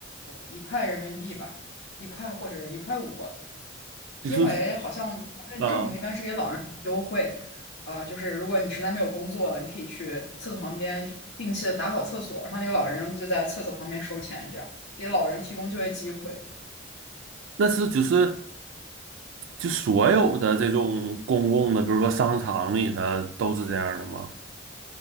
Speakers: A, on the left; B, on the right.
A: 一块人民币吧，一块或者一块五。因为好像他们政府那边是给老人优惠，
B: 就是啊，
A: 啊、就是如果你实在没有工作了，你可以去厕所旁边去定期的打扫厕所，然后那个老人就在厕所旁边收钱，这样给老人提供就业机会。
B: 那是就是就所有的这种公共的，比如说商场里的，都是这样的吗？